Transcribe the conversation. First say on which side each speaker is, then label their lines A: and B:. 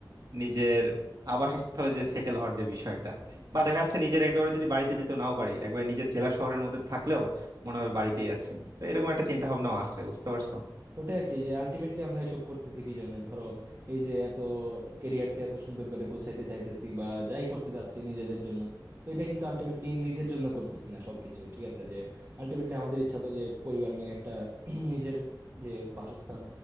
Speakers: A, on the right (about 55°); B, on the right (about 40°).
A: নিজের আবাসস্থলে যে সেটেল হওয়ার যে বিষয়টা বা দেখা যাচ্ছে নিজের একেবারে যদি বাড়িতে যেতে নাও পারি একবারে নিজের জেলা শহরের মধ্যে থাকলেও মনে হবে বাড়িতেই আছি তো এরকম একটা চিন্তা ভাবনাও আছে বুঝতে পারছো
B: ওটাই আর কি যে আলটিমেটলি আমরা এসব করতেছি কি জন্য ধরো এই যে এত কেরিয়ারকে এত সুন্দর করে গোছাইতে চাইতেছি বা যাই করতে চাচ্ছি নিজেদের জন্য তো এটা কিন্তু আলটিমেটলি নিজের জন্য করতেছি না সবকিছু ঠিক আছে যে আলটিমেটলি আমাদের ইচ্ছা তো যে পরিবার নিয়ে একটা <clears throat> নিজের যে বাসস্থান